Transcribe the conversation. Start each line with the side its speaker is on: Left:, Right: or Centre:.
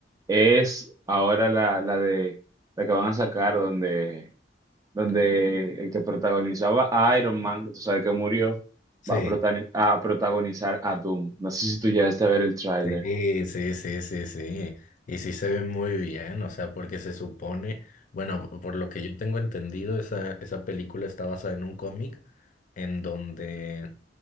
Right: es ahora la, la de la que van a sacar donde, donde el que protagonizaba a Iron Man, que tú sabes que murió,
Left: Sí.
Right: va a, protani- a protagonizar a Doom. No sé si tú llegaste a ver el tráiler.
Left: Sí, sí, sí, sí, sí. Y sí se ve muy bien, o sea, porque se supone, bueno, por lo que yo tengo entendido, esa, esa película está basada en un cómic en donde,